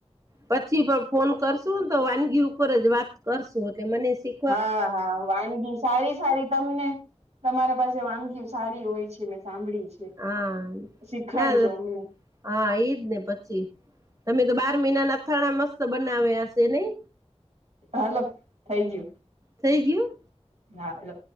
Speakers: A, on the right; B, on the right.
A: પછી પણ ફોન કરશું તો વાનગી ઉપર જ વાત કરશું કે મને શી
B: હા હા, વાનગી સારી સારી તમને તમારા પાસે વાનગી સારી હોય છે મેં સાંભળ્યુ છે.
A: હા
B: શીખાડજો
A: ના
B: અમને.
A: હા, ઈજ ને પછી. તમે તો બાર મહિનાના અથાણા મસ્ત બનાવ્યા છે નઈ.
B: હાલો, થઈ ગયું.
A: થઈ ગયુ?
B: હા લો.